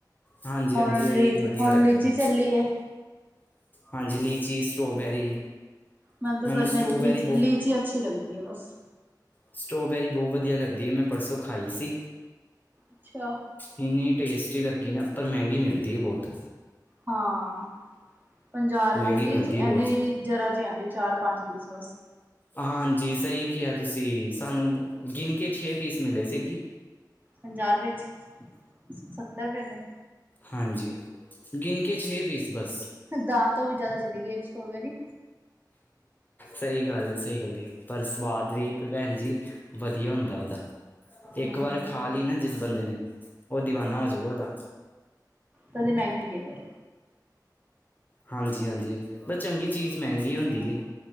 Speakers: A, on the left; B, on the right.
A: ਹਾਂਜੀ
B: ਹੁਣ
A: ਹਾਂਜੀ ਇਹੀ
B: ਲੀਚ
A: ਵਧੀਆ
B: ਹੁਣ
A: ਲੱਗਦੇ
B: ਲੀਚੀ
A: ਨੇ
B: ਚੱਲੀ ਏ।
A: ਹਾਂਜੀ ਲੀਚੀ, ਸਟ੍ਰੋਬੈਰੀ।
B: ਮੈਨ ਤੇ
A: ਮੈਨੂੰ
B: ਗਰਮੀਆਂ
A: ਸਟ੍ਰੋਬੈਰੀ
B: ਚ ਲੀਚ
A: ਬਹੁਤ
B: ਲੀਚੀ ਅੱਛੀ ਲੱਗਦੀ ਏ ਬੱਸ।
A: ਸਟ੍ਰੋਬੈਰੀ ਬੌਹ ਵਧੀਆ ਲੱਗਦੀ ਏ ਮੈਂ ਪਰਸੋਂ ਖਾਈ ਸੀ।
B: ਅੱਛਾ
A: ਇੰਨੀ ਟੇਸਟੀ ਲੱਗੀ ਨਾ ਪਰ ਮਹਿੰਗੀ ਮਿਲਦੀ ਏ ਬੋਤ।
B: ਹਾਂ ਪੰਜਾਹ ਰੁਪਏ
A: ਮਹਿੰਗੀ
B: ਜਚ
A: ਮਿਲਦੀ
B: ਏਨੀੇ
A: ਹੈ ਬਹੁਤ
B: ਜਰਾ ਜੀ ਆਂਦੀ ਏ ਚਾਰ ਪੰਜ ਪੀਸ ਬਸ।
A: ਹਾਂਜੀ ਸਹੀ ਕਿਹਾ ਤੁਸੀਂ ਸਾਨੂੰ ਗਿਣਕੇ ਛੇ ਪੀਸ ਮਿਲੇ ਸੇ ਗੀ।
B: ਪੰਜਾਹ ਰੁਪਏ ਚ ਸੱਤਰ ਰੁਪਏ ਦੇ।
A: ਹਾਂਜੀ ਗਿਣ ਕੇ ਛੇ ਪੀਸ ਬਸ।
B: ਦਾ ਤੋਂ ਵੀ ਜਾਦਾ ਚਲੀ ਗਈ ਏ ਸਟ੍ਰੋਬੇਰੀ।
A: ਸਹੀ ਗੱਲ ਏ, ਸਹੀ ਗੱਲ ਏ ਪਰ ਸਵਾਦ ਵੀ ਭੈਣ ਜੀ ਵਧੀਆ ਹੁੰਦਾ ਉਦਾ। ਇੱਕ
B: ਹਮ
A: ਵਾਰ ਖਾ ਲੀ ਨਾ ਜਿਸ ਬੰਦੇ ਨੇ ਉਹ ਦੀਵਾਨਾ ਹੋਜੂਗਾ ਉਹਦਾ।
B: ਤਦੇ ਮਹਿੰਗੀ ਏ ਫੇਰ।
A: ਹਾਂਜੀ-ਹਾਂਜੀ ਬਸ ਚੰਗੀ ਚੀਜ਼ ਮਹਿੰਗੀ ਹੁੰਦੀ ਏ।